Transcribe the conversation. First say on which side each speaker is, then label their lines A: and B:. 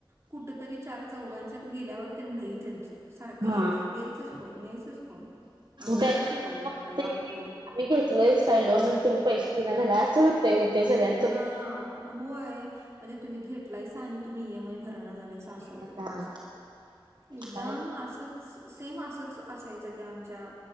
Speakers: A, on the right; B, on the right.
A: कुठ तरी चार चौघांच्या गेल्यावर त्यां लई. <inaudible> सारखं यायच
B: हा
A: यायचच फोन यायचच फोन. अवघडच
B: त्यांना
A: होतय बाई
B: आम्ही
A: कुठं आलं गेलं की.
B: घेतलोयच का लोन तुम्ही पैसे दे झा अस हो.. <unintelligible>
A: हा होय म्हणजे तुम्ही घेतलाय आणि तुम्ही ईएम आय भर. झालायसा असं होते
B: आता
A: त्यांचा. एकदाम
B: काय
A: असंच सेम असंच असायच त्या. चा